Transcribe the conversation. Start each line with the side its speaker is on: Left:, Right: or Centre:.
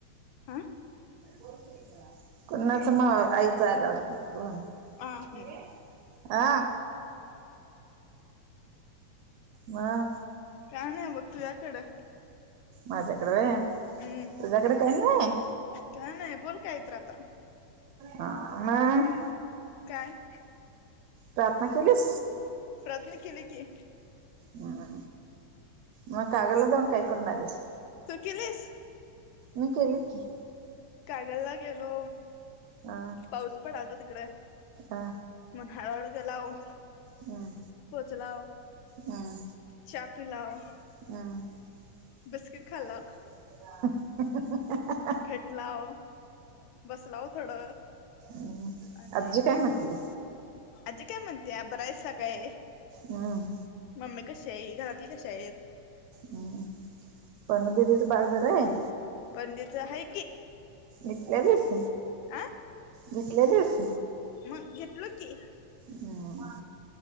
Left: आं
Right: बोल की एकदा, कोणाच नव्ह आईचा आला वाटतं फोन,
Left: आ हम्म
Right: बरी हायस? आ, मग
Left: काय नाही बघ तूज्याकडं.
Right: माझ्याकडं व्हय
Left: हूं..
Right: तुझ्याकडे काही नाही
Left: काय नाही बोल काहीतर आता
Right: हा मग
Left: काय.
Right: प्रार्थना केलीस.
Left: प्रार्थना केली की.
Right: ह... मग कागलला जाऊन काय करून आलीस?
Left: तू केलीस?
Right: मी केलं की
Left: कागलला गेलो,
Right: अ
Left: पाऊस पडलता तिकडं.
Right: अ
Left: मग हळुहळू गेलाव,
Right: हम्म
Left: पोचला. व
Right: हम्म
Left: चा पिलाव.
Right: <unintelligible>
Left: बिस्किट खाल्लाव भेटलाव, बसलाव थोडं.
Right: मग
Left: आणि
Right: अबजी काय म्हटंली?
Left: आजी काय म्हणत्या बरायसा काय?
Right: हम..
Left: मम्मी कशी आहे?, घरातली कशी आहेत?
Right: हं पनू दिदीचं बाळ बरं हाय?
Left: पंडित आहे
Right: घेतल्यालीस
Left: आं
Right: घेतल्यालीस.
Left: मंग घेतलो की.
Right: हं..